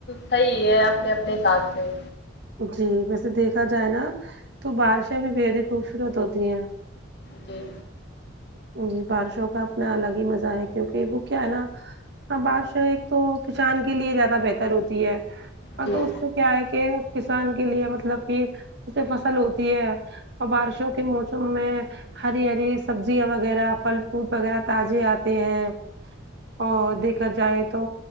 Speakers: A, on the left; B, on the right.
A: صحیح ہے اپنے اپنے حساب سے
B: جی ویسے دیکھا جائے نا تو بارشیں بھی بےحد ہی خوبصورت ہوتی ہیں
A: جی
B: جی بارشوں کا اپنا الگ ہی مزہ ہے کیونکہ وہ کیا ہے نا ہاں بارشیں ایک تو کسان کے لیے زیادہ بہتر ہوتی ہے ہ
A: جی
B: تو اس سے کیا ہے کہ کسان کے لیے مطلب کہ اس سے فصل ہوتی ہے اور بارشوں کے موسم میں ہری ہری سبزیاں وغیرہ پھل فروٹ وغیرہ تازے آتے ہیں اور دیکھا جائے تو